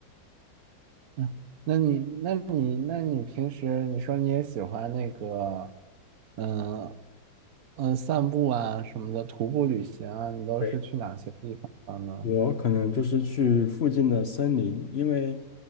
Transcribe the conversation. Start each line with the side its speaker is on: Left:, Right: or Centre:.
Right: 嗯，那你，那你，那你平时你说你也喜欢那个，嗯、呃嗯、散步啊什么的，徒步旅行啊，你都是去哪些地方？
Left: <laughs>
Right: 呢？
Left: 我可能就是去附近的森林，因为，